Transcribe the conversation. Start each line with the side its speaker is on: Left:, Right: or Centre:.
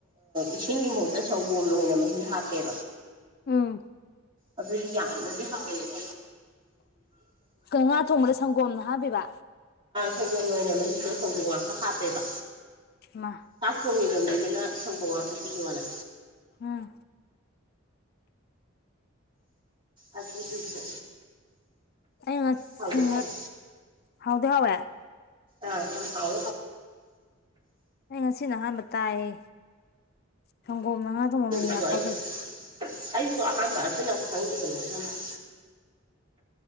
Right: ꯏꯁꯤꯡꯒꯤ ꯃꯍꯨꯠꯇ ꯁꯪꯒꯣꯝꯅ ꯑꯣꯏꯅ ꯃꯍꯤ ꯍꯥꯞꯄ ꯑꯣꯏ
Left: ꯎꯝ
Right: ꯑꯗꯨꯗꯤ ꯌꯥꯝꯅꯗꯤ ꯍꯥꯎꯋꯦ ꯎꯝ
Left: ꯉꯥ ꯊꯣꯡꯕꯗ ꯁꯪꯒꯣꯝꯅ ꯍꯥꯞꯄꯤꯕ
Right: ꯁꯪꯒꯣꯝ ꯑꯣꯏꯅ ꯃꯍꯤꯗꯣ ꯁꯪꯒꯣꯝ ꯉꯥꯛꯇ ꯍꯥꯞꯄꯦꯕ
Left: ꯃꯥ
Right: ꯁꯥꯞ ꯐꯣꯅꯤꯕ ꯃꯤꯗꯨꯅ ꯁꯪꯒꯣꯉꯁꯨ ꯄꯤꯌ ꯃꯥꯂ
Left: ꯑꯝ
Right: ꯑꯗꯨꯒꯤꯁꯨ
Left: ꯑꯩ
Right: ꯍꯥꯎꯗꯤ
Left: ꯁꯤ
Right: ꯍꯥꯎꯋꯦ
Left: ꯍꯥꯎꯗ ꯍꯕꯦ
Right: ꯑ ꯌꯥꯝ ꯐꯥꯎ
Left: ꯑꯩ ꯉꯁꯤ ꯅꯍꯥꯟꯕ ꯇꯥꯏꯌꯦ ꯁꯪꯒꯣꯝ ꯃꯉꯥꯗꯨꯝꯕꯃꯩ
Right: ꯑꯗꯨ
Left: ꯌꯥꯞꯄꯒꯗ
Right: ꯑꯩꯁꯨ ꯑꯩꯁꯨ ꯑꯍꯥꯟꯕ ꯑꯗꯨꯅ ꯈꯪꯈꯤꯕꯅꯤ <inaudible>